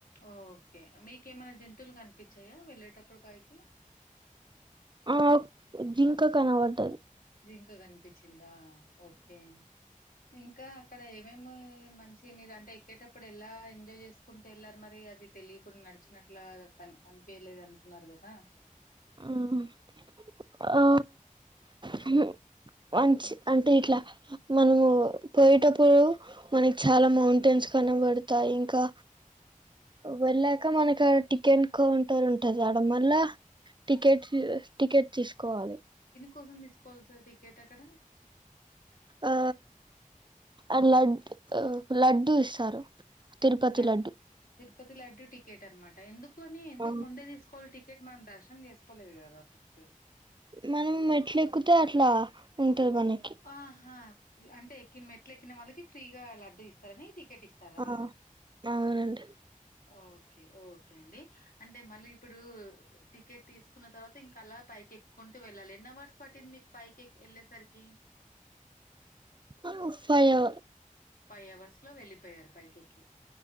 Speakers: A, on the left; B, on the right.
A: ఓ ఓకే మీకేమైనా జంతువులు కనిపిచ్చాయా వెళ్ళేటప్పుడు పైకి
B: ఆ జింక కనపడ్డది
A: జింకా కనిపిచిందా ఓకే ఇంకా అక్కడ ఏమేమి నేను మంచి మీరు అంటే ఎక్కేటప్పుడు ఎలా ఎంజాయ్ చేసుకుంటే వెళ్ళారు మరి అది తెలియకుండా నడిచినట్ల అన్ అన్కెలేదంటున్నారు కదా
B: ఆ ఆ హు వన్స్ అంటే ఇట్లా మనము పోయేటప్పుడు మనకి చాలా మౌంటైన్స్ కనబడతా ఇంకా వెళ్ళాక మనకి ఆ టికెన్ కౌంటర్ ఉంటది ఆడ మల్ల టికెట్స్ టికెట్ తీసుకోవాలి
A: కోసం తీసుకోవాలి సార్ టికెట్ అక్కడ?
B: ఆ అ లడ్ ఆ లడ్డు ఇస్తారు. తిరుపతి
A: లడ్
B: లడ్డు
A: తిరుపతి లడ్డు టికెట్ అనమాట ఎందుకు అని ఎందుకు
B: ఆ
A: ముందే తీసుకోవాలి టికె కెట్ మనం దర్శనం చేసుకోలేదు కదా ఫస్ట్
B: మనం మెట్లేక్కుతే అట్లా ఉంటది మనకి
A: ఆహా అంటే ఎక్కిన్ మెట్లు ఎక్కిన వాళ్ళకి ఫ్రీగా లడ్డు ఇస్తారని ఇది టికేటిస్తారా
B: ఆ అవునండి
A: ఓకే ఓకే అండి అంటే మళ్ళీ ఇప్పుడు టికెట్ తీసుకున్న తర్వాత ఇంకాలా పైకెక్కుక్కుంటూ వెళ్ళాలి ఎన్న వర్స్ పటిది మీక్ పాైకిక్ ఎళ్ళలే సార్కి
B: అ ఫయా
A: ఫైవ్ అవర్స్ లో వెళ్ళలిపోయారు పైకి ఎక్కి